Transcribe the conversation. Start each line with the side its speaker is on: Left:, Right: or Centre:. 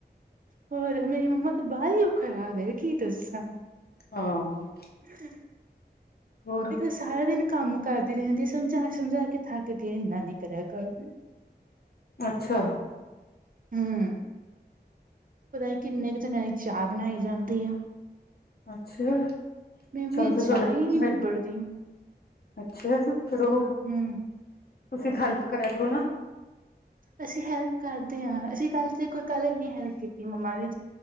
Right: ਹੋਰ ਮੇਰੀ ਮੰਮਾ ਤਾਂ ਬਾਹਲੀ ਹੀ ਉਹ ਖਰਾਬ ਹੈ ਕੀ ਦਸਾਂ
Left: ਹਾਂ।
Right: ਅੱਛ <inaudible>
Left: ਹੋਰ
Right: ਸਾਰਾ ਦਿਨ ਕੰਮ ਕਰਦੀ ਰਹਿੰਦੀ ਸਮਝਾ ਸਮਝਾ ਕੇ ਥੱਕ ਗਏ ਇੰਨਾ ਨੀ ਕਰਿਆ ਕਰ। <inaudible>
Left: ਅੱਛਾ।
Right: ਹੂੰ ਪਤਾ ਹੀ ਕਿੰਨੇ ਕੁ ਜਾਣਿਆ ਦੀ ਚਾਹ ਬਣਾਈ ਜਾਂਦੀ ਆ।
Left: ਅੱਛਾ
Right: ਮੰਮੀ
Left: ਚਲੋ ਫਿਰ
Right: ਚਾਹ
Left: ਤੁਹਾਡੇ
Right: ਹੀ ਨਹੀਂ ਨਿਬੜਦੀ
Left: ਅੱਛਾ, ਫੇਰ ਉਹ,
Right: ਹੂੰ।
Left: ਤੁਸੀਂ ਹੈਲਪ ਕਰਿਆ ਕਰੋ ਨਾ।
Right: ਅਸੀਂ ਹੈਲਪ ਕਰਦੇ ਹਾਂ, ਅਸੀਂ ਕੱਲ ਤੇ ਕੋਈ ਕੱਲ ਨੀ ਹੈਲਪ ਕੀਤੀ ਮੰਮਾ ਦੀ